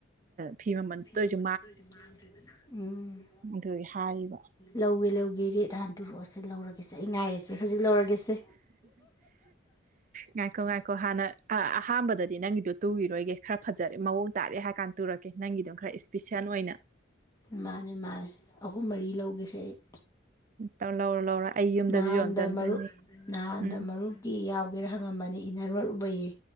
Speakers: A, on the right; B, on the left.
A: ꯐꯤ ꯃꯃꯜ
B: ꯁꯤ
A: ꯇꯣꯏꯁꯨ
B: ꯃꯃꯜ ꯂꯣꯏꯁꯨ ꯃꯥꯡꯗ꯭ꯔꯦꯗꯅ ꯎꯝ
A: ꯑꯗꯨ ꯍꯥꯏꯌꯦꯕ
B: ꯂꯧꯒꯦ ꯂꯧꯒꯦ ꯔꯦꯠ ꯍꯥꯟ ꯇꯣꯔꯛꯑꯣꯁꯦ ꯂꯧꯔꯒꯦꯁꯦ ꯑꯩ ꯉꯥꯏꯔꯤꯁꯦ ꯍꯧꯖꯤꯛ ꯂꯧꯔꯒꯦꯁꯦ
A: ꯉꯥꯏꯈꯣꯡ ꯉꯥꯏꯈꯣꯡ ꯍꯅ ꯑ ꯑꯍꯥꯟꯕꯗꯗꯤ ꯅꯪꯒꯤꯗꯣ ꯇꯨꯈꯤꯔꯣꯏꯒꯦ ꯈꯔ ꯐꯖꯔꯦ ꯃꯑꯣꯡ ꯇꯥꯔꯦ ꯍꯥꯏꯔ ꯀꯥꯟꯗ ꯇꯨꯔꯛꯀꯦ ꯅꯪꯒꯤꯗꯣ ꯈꯔ ꯏꯁꯄꯤꯁꯦꯜ ꯑꯣꯏꯅ
B: ꯃꯥꯅꯦ ꯃꯥꯅꯦ ꯑꯍꯨꯝ ꯃꯔꯤ ꯂꯧꯒꯦꯁꯦ ꯑꯩ
A: ꯂꯧꯔ ꯂꯧꯔ ꯑꯩ ꯌꯨꯝꯗꯁꯨ
B: ꯅꯍꯥꯟꯗ
A: ꯌꯣꯟꯖꯟꯗꯣꯏꯅꯤ
B: ꯃꯔꯔꯨ ꯅꯍꯥꯟꯗ
A: ꯎꯝ
B: ꯃꯔꯨꯞꯀꯤ ꯌꯥꯎꯒꯦꯔꯥ ꯍꯪꯉꯝꯕꯅꯦ ꯏ ꯅꯔ ꯃꯔꯨꯕꯌꯦ